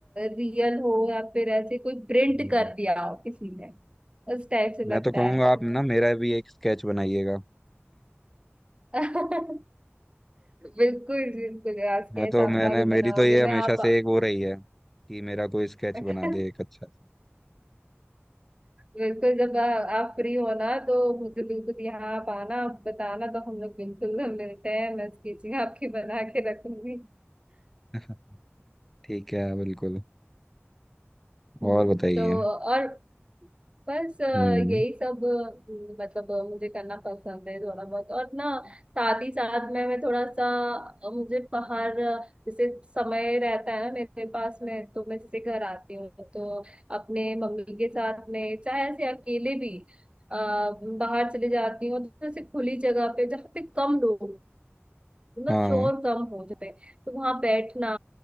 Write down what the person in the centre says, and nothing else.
जी
जी
मैं
तो कहूंगा
आप ना मेरा भी एक स्केच बनाइएगा
मैं तो मैंने
मेरी
तो ये हमेशा
से एक वो रही है कि मेरा कोई स्केच
बना दे एक अच्छा सा।
<laughs> ठीक है बिल्कुल
और बताइए
हम्म
हाँ